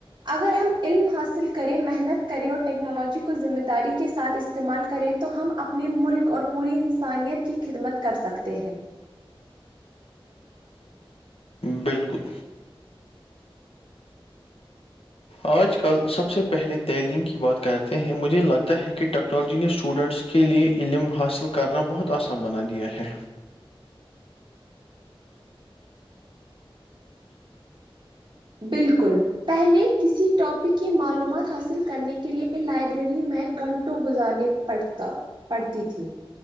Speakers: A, on the right; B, on the left.
A: اگر ہم علم حاصل کریں محنت کریں اور ٹیکنالوجی کو ذمہ داری کے ساتھ استعمال کریں تو ہم اپنے ملک اور پوری انسانیت کی خدمت کر سکتے ہیں
B: بالکل آج کل سب سے پہلے تعلیم کی بات کرتے ہیں مجھے لگتا ہے کہ ٹیکنالوجی نے اسٹوڈنٹس کے لیے علم حاصل کرنا بہت آسان بنا دیا ہے
A: بالکل پہلے کسی ٹاپک کی معلومات حاصل کرنے کے لیے لائبریری میں گھنٹوں گزارنے پڑھتا پڑھتی تھی